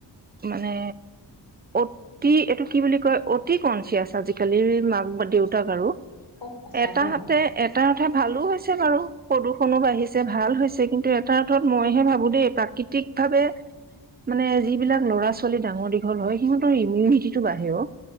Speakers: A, on the right; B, on the left.
A: মানে। অতি এইটো কি বুলি কয় অতি কনচিয়াচ আজিকালিৰ মাক বা দেউতাক আৰু।
B: অ সঁচাকে
A: এটা হাতে
B: হয়
A: এটাৰ কথা। ভালো হৈছে বাৰু প্ৰদূষণো বাঢ়িছে ভাল হৈছে কিন্তু এ এটা অৰ্থত মইহে ভাবোঁ দেই প্ৰাকৃতিক ভাৱে মানে যিবিলাক ল'ৰা ছোৱালী ডাঙৰ দীঘল হয়, সিহঁতৰ ইমিউনিটিটো বাঢ়ে অ'।